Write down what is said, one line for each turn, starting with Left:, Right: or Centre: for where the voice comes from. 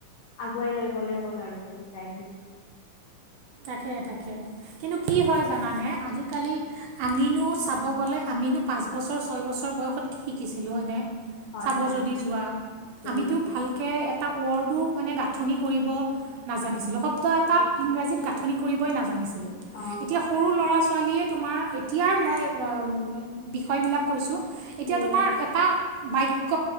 Left: আগুৱাই লৈ গলে হ'ল আৰু আমি গাইডেনচ দিলে।
Right: তাকে তাকে কিন্তু কি হয় জানানে আজিকালি আমিনো চাব গ'লে আমিনো পাঁচ বছৰ ছয় বছৰ বয়সত কি শিকিছিলোঁ হয়নে?
Left: হয়
Right: চাব
Left: হয়
Right: যদি যোৱা আমিতো
Left: উম
Right: ভালকে এট- এটা ৱৰ্ডো মানে গাঁঠনি কৰিব নাজানিছিলোঁ, শব্দ এটা
Left: উম উম
Right: ইংৰাজীত গাঁ নি কৰিবই নাজানিছ এতিয়া
Left: অ
Right: সৰু লৰা -ছোৱালীয়ে তোমাৰ এতিয়াৰ মই আ
Left: উম হুম
Right: বি বিষয়বিলাক কৈছোঁ, এতিয়া
Left: উম
Right: তোমাৰ এটা বাক্য